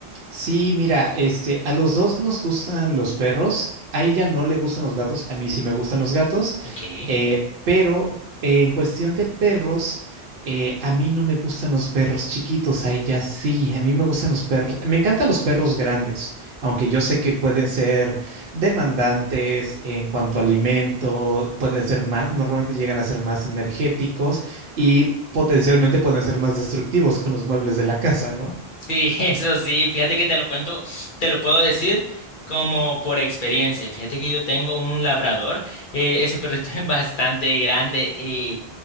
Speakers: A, on the right; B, on the left.
A: Sí, mira, este, a los dos nos gustan los perros, a ella no le gustan los gatos, a mí sí me gustan los gatos,
B: Ok.
A: eh, pero eh, en cuestión de perros, eh, a mí no me gustan los perros chiquitos, a ella sí, a mí me gustan los perros, me encantan los perros grandes, aunque yo sé que pueden ser demandantes en cuanto a alimento, pueden ser más, normalmente llegan a ser más energéticos y potencialmente pueden ser más destructivos con los muebles de la casa, ¿no?
B: Sí, <laughs> eso sí, fíjate que te lo cuento, te lo puedo decir como por experiencia. Y Fíjate que yo tengo un labrador, eh, ese perrito <laughs> es bastante grande y